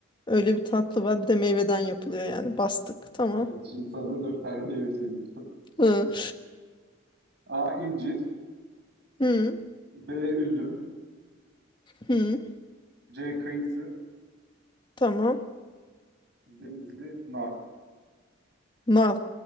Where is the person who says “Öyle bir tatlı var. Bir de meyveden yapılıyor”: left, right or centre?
Left